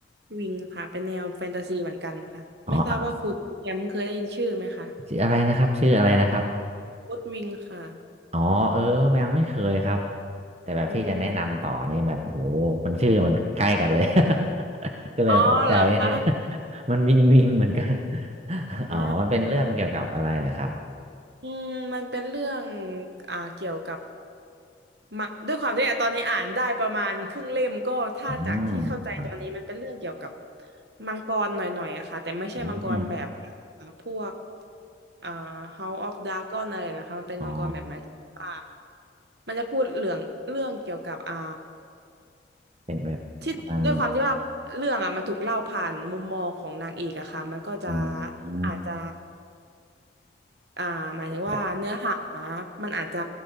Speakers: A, on the right; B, on the right.
A: วิงค่ะเป็นแนวแฟนตาซีเหมือนกันค่ะไม่ทราบว่าคุณแชมป์เคยได้ยินชื่อไหมคะ
B: อ๋อชื่ออะไรนะครับชื่ออะไรนะครับ
A: วอตวิงค่ะ
B: อ๋อเออยังไม่เคยครับแต่แบบที่จะแนะนำต่อนี่แบบโหมันชื่อมันใกล้กันเลย
A: อืม
B: <laughs> ก็เลยตกใจนิดนึง
A: อ๋อเหรอคะ
B: <laughs> มันวิงวิงเหมือนกัน <laughs>
A: อ่า
B: อ๋อมันเป็นเรื่องเกี่ยวกับอะไรเหรอครับ
A: อืมมันเป็นเรื่องอ่าเกี่ยวกับมักด้วยความที่อ่ะตอนนี้อ่านได้ประมาณครึ่งเล่มก็ถ้าจากที่เข้าใจตอนนี้มันเป็นเรื่องเกี่ยวกับ
B: อืมอ
A: มังกรหน่อยๆอะค่ะแต่ไม่ใช่มังกรแบบ
B: ม
A: อ่าพวกอ่า House of Dragon อะไรนะคะมันเป็นมังกรแบบหมายถึงว่า
B: อ๋อ
A: มันจะพูดเรื่องเรื่องเกี่ยวกับอ่า
B: เป็นแบบประมาณ
A: ที่ด้วยความที่ว่าเรื่องอ่ะมันถูกเล่าผ่านมุมมองของนางเอกอะค่ะมันก็จะ
B: อืม
A: อาจจะ อ่าหมายถึงว่าเนื้อหา
B: แบบ
A: มันอาจจะ